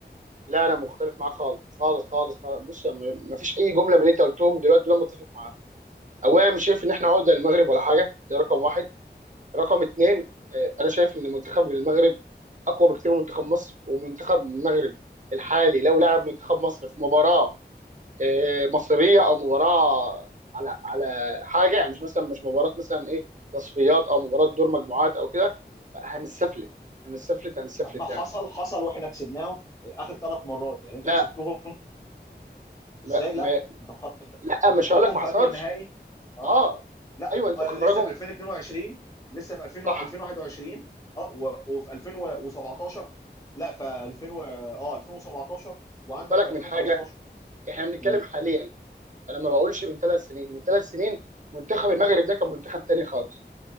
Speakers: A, on the right (about 45°); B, on the left (about 20°).
A: لا انا مختلف معاك خالص خالص خالص خالص بص ما فيش اي جمله من اللي انت قلتهم دلوقتي دول أنا متفق معاها اولا مش شايف ان احنا عقده للمغرب ولا حاجه ده رقم واحد رقم اتنين آه، انا شايف ان منتخب المغرب اقوى بكتير من منتخب مصر ومنتخب المغرب الحالي لو لعب منتخب مصر في مباراه آه، مصريه او مباراه على على حاجه يعني مش مثلا مش مباراه مثلا ايه تصفيات او مباراه دور مجموعات او كده هنستفلت هنستفلت هنستفلت
B: طب ما حصل
A: يعني
B: حصل واحنا كسبناهم اخر ثلاث مرات يعني انت
A: لا
B: كسبتهم
A: ما
B: ازاي
A: ما
B: لا انت محر... انت
A: لا
B: انت
A: مش
B: محركهم
A: هقول لك ما
B: في
A: حصلش
B: قبل النهائي اه
A: اه
B: لا
A: ايوه انت
B: آه،
A: مخرجهم
B: لسه في 2022 لسه في 2000
A: صح
B: و- 2021 اه و... وفي 2017 لا في 2000 و... اه 2017 وعندك
A: خد بالك
B: في 2015
A: من حاجه احنا بنتكلم
B: مم.
A: حاليا انا ما بقولش من ثلاث سنين من ثلاث سنين منتخب المغرب ده كان منتخب تاني خالص